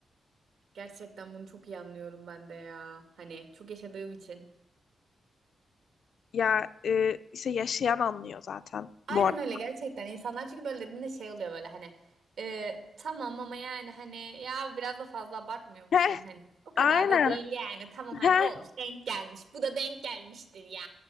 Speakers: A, on the right; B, on the left.
A: Gerçekten bunu çok iyi anlıyorum ben de ya. Hani çok yaşadığım için.
B: Ya e, işte yaşayan anlıyor zaten
A: Aynen
B: bu arada.
A: öyle gerçekten insanlar çünkü böyle dediğinde şey oluyor böyle hani e, tamam ama yani hani ya biraz da fazla abartmıyor musun
B: Heh,
A: hani o kadar
B: aynen.
A: da değil yani tamam hani
B: Heh,
A: olmuş denk gelmiş bu da denk gelmiştir ya